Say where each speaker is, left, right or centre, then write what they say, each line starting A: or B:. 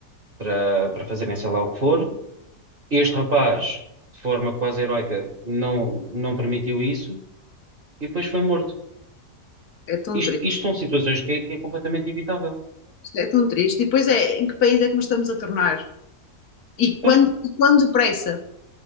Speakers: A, on the right; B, on the left.
A: para, para fazerem sei lá o que for. Este rapaz, de forma quase heroica, não, não permitiu isso e depois foi morto.
B: É tão
A: Isto,
B: triste,
A: isto são situações que é, que é completamente evitável.
B: é tão triste. E depois é, em que país é que nos estamos a tornar? E quando,
A: Pois.
B: e quando depressa?